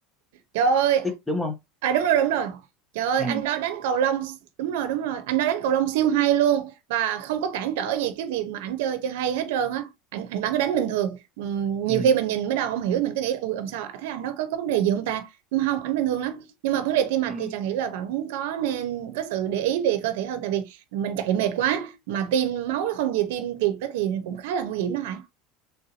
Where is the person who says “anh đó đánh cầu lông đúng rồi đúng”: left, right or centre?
Right